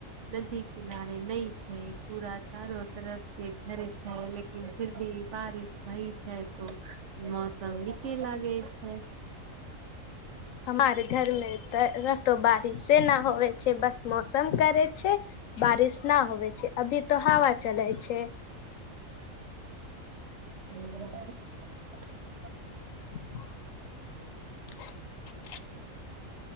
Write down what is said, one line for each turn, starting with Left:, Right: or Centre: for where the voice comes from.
Right: नदी किनारे नहि छै पूरा चारो तरफ। से घरे छै लेकिन फिर भी बारिश भई छै तो मौसम नीके लागै छै।
Left: हमारर घरमे तऽतो बारिशे नहि होे छै बस मौसम करै छै। बारिश न होइ छै अभी त हवा चलै छै।
Right: <unintelligible>
Left: <unintelligible> <unintelligible>